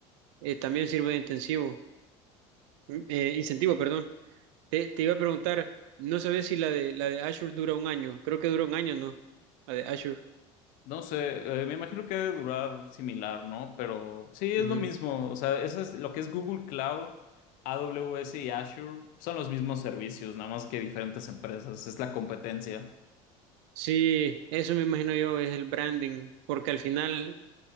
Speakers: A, on the right; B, on the left.
A: eh, también sirve de intensivo, mm, eh, incentivo, perdón. Te, te iba a preguntar, no sabía si la de la de Azure dura un año. Creo que dura un año, ¿no? La de Azure.
B: No sé, eh, me imagino que debe durar similar, ¿no? Pero sí, es
A: Ujú.
B: lo mismo. O sea, eso es lo que es Google Cloud, AWS y Azure son los mismos servicios, nada más que diferentes empresas. Es la competencia.
A: Sí, eso me imagino yo es el branding, porque al final